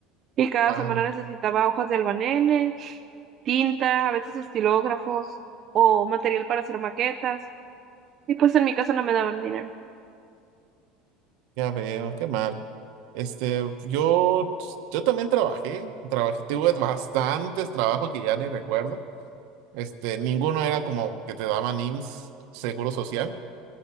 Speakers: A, on the right; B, on the right.
A: y cada
B: Ah,
A: semana necesitaba hojas de albanene, tinta, a veces estilógrafos o material para hacer maquetas y pues en mi casa no me daban dinero.
B: ya veo, qué mal. Este, yo, yo también trabajé, trabajé, tuve bastantes trabajos que ya ni recuerdo. Este, ninguno era como que te daban IMSS, Seguro Social,